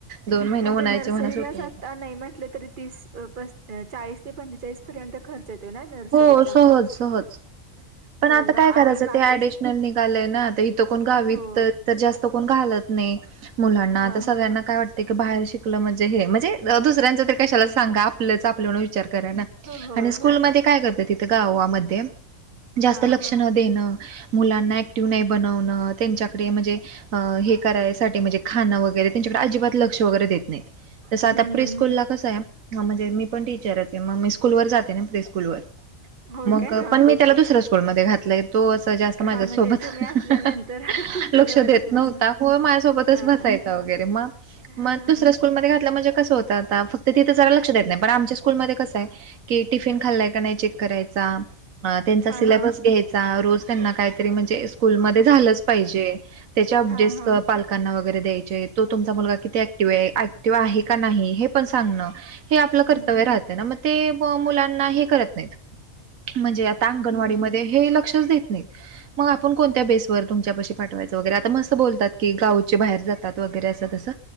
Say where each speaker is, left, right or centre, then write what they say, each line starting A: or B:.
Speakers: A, on the right (about 80°); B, on the right (about 40°).
A: दोन महिने
B: म्हणजे
A: उन्हाळ्याचे
B: नर्सरीलाच
A: म्हणा सुट्टी
B: आ,
A: होते
B: नाही म्हंटले तरी तीस अ पस चाळीस ते पंचेचाळीस पर्यंत खर्च येतोय ना नर्सरीचा?
A: हो <unintelligible> पण आता
B: एवढा
A: काय करायचं
B: आणि बाकीचे
A: ते ऍडिशनल निघालय ना, आता इथं कोण गावीत
B: हो
A: तर जास्त कोण घालत नाही मुलांना,
B: हा
A: आता सगळ्यांना
B: हा
A: काय वाटतय की बाहेर शिक म्हणजे हे, म्हणजे दुसऱ्यांच कशाला सांगा आपलं आप एवढा विचार करा ना
B: होय
A: आणि स्कूल
B: होय
A: म काय करत तिथं गावामध्ये. जास्त
B: हा
A: लक्ष
B: हा
A: न देणं मुलांना ऍक्टिव नाही बनवणं त्यांच्याकडे म्हणजे. अं हे करायसाठी म्हणजे खाणं वगैरे त्यांच्याकडे अजिबात लक्ष वगैरे देत नाहीत. तसं
B: हम्म
A: आता
B: हम्म
A: प्रि
B: हम्म
A: स्कूल ला कसं आहे. हा म्हणजे मी पण टीचरच आहे मग मी स्कूल वर जाते ना प्रेस्कूल वर.
B: होय
A: मग
B: काय हा
A: पण मी
B: हा
A: त्याला दुसऱ्या स्कूलमध्ये घातलाय तो असं. जास्त माझ्यासोबत
B: हा म्हणजे तुम्ही असल्यानंतर तुमच्या
A: लक्ष
B: जवळच
A: देत
B: येऊन
A: नव्हता
B: बसणार
A: होय माझ्यासोबतच
B: हा
A: बसायचं.
B: हा
A: त वगैरे मग
B: हा
A: मग दुसऱ्या
B: हा
A: स्कूल मध्ये घातल्या म्हणजे कसं होतात. ता फक्त तिथ जरा लक्ष देत नाही पण आमच्या स्कूलमध्ये कसं आहे. की, टिफिन खाल्लाय का नाही चेक करायचा. अ त्यांचा
B: हा
A: सिलेबस
B: हा
A: घ्यायचा रोज त्यांना काहीतरी म्हणजे स्कूलमध्ये झालंच पाहिजे. त्याच्या अपडेट
B: हा हा
A: पाल''--'' कांना वगैरे द्यायचे तो तुमचा मुलगा किती ऍक्टिव्ह आहे. ऍक्टिव्ह आहे का नाही हे पण सांगणं. हे आप''--''
B: हम्म
A: कर्तव्य
B: हम्म
A: राह ना मग ते मुलांना हे करत नाही म्हणजे आता अंगणवाडीमध्ये.
B: हम्म हम्म
A: हे लक्षच देत नाही. मग आपण कोणत्या बेसवर तुमच्या पशी पाठवायचं वगैरे आता मस्त बोलतात की, गावचे बाहेर जातात. वगैरे अस तसं.